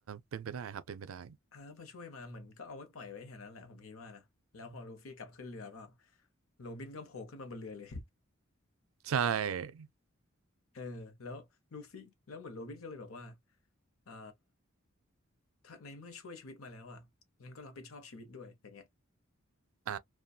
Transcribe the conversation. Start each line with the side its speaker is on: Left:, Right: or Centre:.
Right: เป็นไปได้ครับ เป็นไปได้
Left: อ่าแล้วพอช่วยมาเหมือนก็เอาไว้ปล่อยไว้แถวนั้นแหละผมคิดว่านะแล้วพอลูฟี่กลับขึ้นเรือก็โรบินก็โผล่ขึ้นมาบนเรือเลย
Right: ใช่
Left: <laughs> เออแล้วลูฟี่แล้วเหมือนโรบินก็เลยบอกว่าเอ่อถ้าในเมื่อช่วยชีวิตมาแล้วอ่ะงั้นก็รับผิดชอบชีวิตด้วยอย่างเงี้ย
Right: อ่า